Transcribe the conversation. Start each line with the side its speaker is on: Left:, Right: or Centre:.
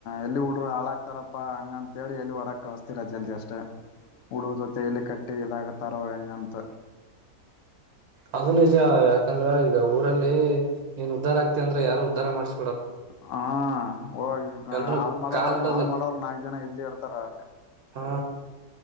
Left: ಎಲ್ಲಿ ಹುಡುರು ಹಾಳಾಗಕ್ತಾರಪ್ಪಾ ಹಂಗ ಅಂತ ಹೇಳಿ ಎಲ್ಲಿ ಹೊರ ಕಳಸ್ತಿರತಿ ಎಲ್ದ ಅಷ್ಹುಡಗುರ್ ಜೊತೆ ಎಲ್ಲಿ ಕಟ್ಟಿ ಇದಾಗತಾರೋ ಹೆಂಗಂತ
Right: ಅದ ನಿಜ ಯಾಕಂದ್ರ ಈಗ ಊರಲ್ಲಿ ನೀನ್ ಉದ್ಧಾರ ಆಗ್ತಿ ಅಂದ್ರ ಯಾರು ಉದ್ಧಾರ ಮಾಡ್ಸ
Left: ಹ ಓ ಈ
Right: ಎಲ್ರೂ
Left: ಹಾಳು ಮಾಡೋರು
Right: ಕಾಲ್ ಇಡೋದ
Left: ಹಾಳು ಮಾಡೋರು ನಾಲ್ಕ ಜನ ಇದ್ದೇ ಇರ್ತ ಸರಾ
Right: ಹಾ